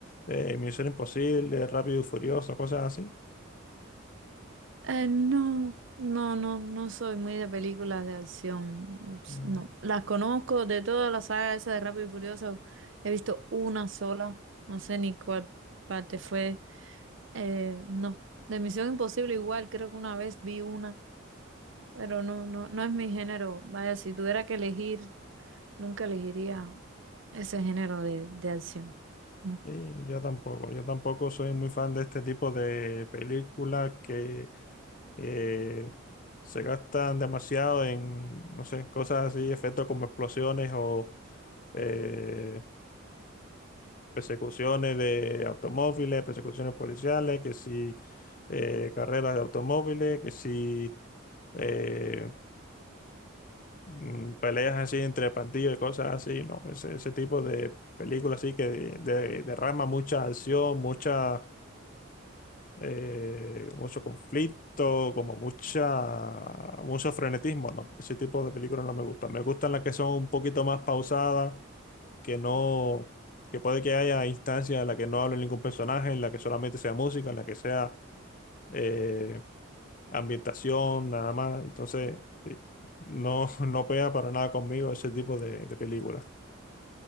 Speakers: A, on the left; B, on the right.
A: eh, Misión Imposible, Rápido y Furioso, cosas así?
B: Eh, no, no, no, no soy muy de películas de acción. s-
A: Mm.
B: No, las conozco de toda la saga esa de Rápido y Furioso. He visto una sola, no sé ni cuál parte fue. Eh, no, de Misión Imposible igual, creo que una vez vi una, pero no, no, no es mi género. Vaya, si tuviera que elegir Nunca elegiría ese género de, de acción. No.
A: Sí, yo tampoco, yo tampoco soy muy fan de este tipo de películas que eh, se gastan demasiado en, no sé, cosas así, efectos como explosiones o eh, persecuciones de automóviles, persecuciones policiales, que si eh, carreras de automóviles, que si eh, mm, peleas así entre pandillas y cosas así, ¿no? Ese, ese tipo de películas así que de- de- derrama mucha acción, mucha, eh, mucho conflicto, como mucha, mucho frenetismo, ¿no? Ese tipo de películas no me gustan. Me gustan las que son un poquito más pausadas que no, que puede que haya instancias en las que no hable ningún personaje, en la que solamente sea música, en la que sea eh, ambientación, nada más. Entonces, eh, no, <laughs> no pega para nada conmigo ese tipo de, de películas.